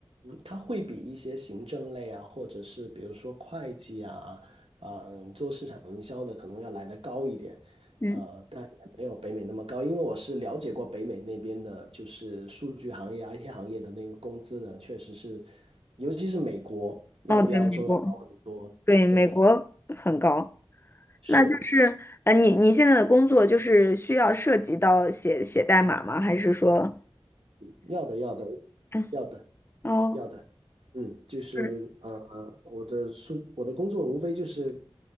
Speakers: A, on the right; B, on the left.
A: 它会比一些行政类啊，或者是比如说会计啊，啊、嗯做市场营销的可能要来得高一点，
B: 嗯，
A: 呃，但也没有北美那么高，因为我是了解过北美那边的，就是数据行业、IT 行业的那个工资的，确实是，尤其是美国要比澳洲要高很多，
B: 哦，对，美国。对，
A: 对，
B: 美国很高。
A: 是
B: 那就是呃，你你现在的工作就是需要涉及到写写代码吗？还是说，
A: 要的，要的，
B: 嗯，
A: 要的。
B: 哦，
A: 要的，嗯，就是呃，
B: 是
A: 我的数，我的工作无非就是